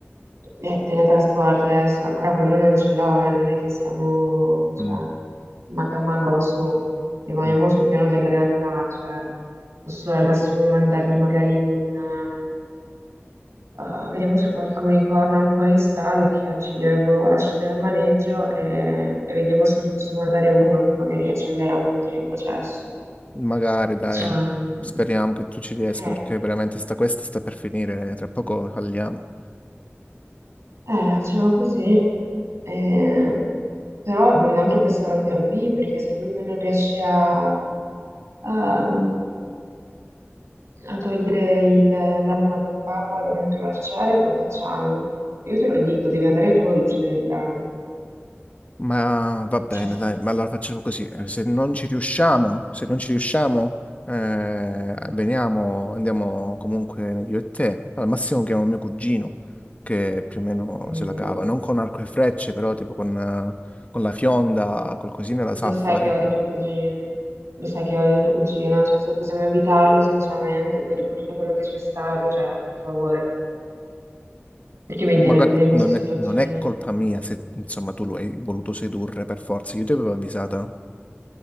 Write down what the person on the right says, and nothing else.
Eh, teletrasporto adesso, ancora quello non ce l'ho, eh, non è che siamo, cioè,
maga mago su, rimaniamo
sul piano della realtà, cioè, posso al massimo mandargli magari un, eh, eh, vediamo se qualche unicorno ancora in stalla, che oggi le avevo lasciate al maneggio, e, e vediamo se gli posso mandare uno che magari accelera un pochino il processo.
Ehm,
Eh,
eh, facciamo così, Eh, però dobbiamo anche pensare a un piano B perché se lui poi non riesce a, a- a togliere il- l'anima del Papa da dentro l'arciere, come facciamo? Io te lo dico, devi andare tu ad uccidere il drago.
Cioè,
mm,
lo sai
che odio tuo cugino, lo sai che odio tuo cugino, cioè se possiamo invitarlo sinceramente, poi dopo tutto quello che c'è stato, cioè, per favore. Perché mi
devi mettere
in queste
situazioni?